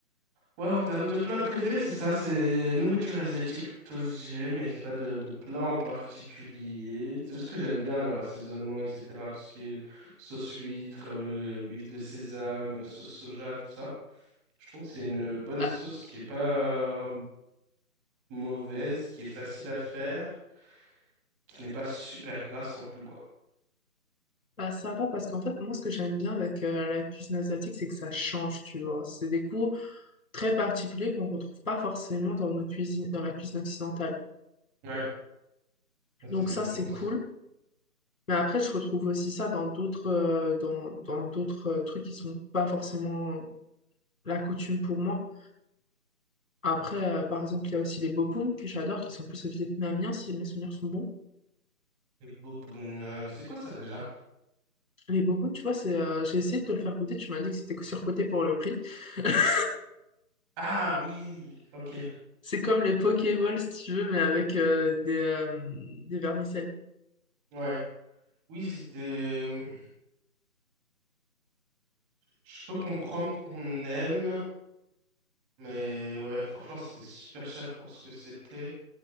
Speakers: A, in the centre; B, on the left.
A: ouais, en termes de plat préféré, c'est ça, c'est nourriture asiatique plutôt, je dirais, mais j'ai pas de, de plat en particulier. C'est juste que j'aime bien leur assaisonnement, etc. Tout ce qui est sauce huître, euh, huile de sésame, euh, sauce soja, tout ça. Je trouve que c'est une bonne
B: Bah,
A: sauce qui est pas euh, mauvaise, qui est facile à faire, qui n'est pas super grasse non plus, quoi.
B: bah, ça va parce qu'en fait, moi, ce que j'aime bien avec euh, la cuisine asiatique, c'est que ça change, tu vois. C'est des goûts très particuliers qu'on ne retrouve pas forcément dans nos cuisines, dans la cuisine occidentale.
A: Ouais, c'est
B: Donc
A: exactement
B: ça, c'est
A: ça.
B: cool. Mais après, je retrouve aussi ça dans d'autres euh, dans, dans d'autres euh, trucs qui sont pas forcément la coutume pour moi. Après, euh, par exemple, il y a aussi les bobounes que j'adore, qui sont plus vietnamiens, si mes souvenirs sont bons.
A: Les bobounes, euh, c'est quoi ça déjà?
B: Les bobounes, tu vois, c'est, euh, j'ai essayé de te le faire goûter, tu m'as dit que c'était surcoté pour le prix. <laughs>
A: Ah oui, ok,
B: C'est comme les Pokéballs, si tu veux, mais avec euh, des, euh, des vermicelles.
A: ouais. Oui, c'était... Je peux comprendre qu'on aime, mais ouais, franchement, c'était super cher pour ce que c'était.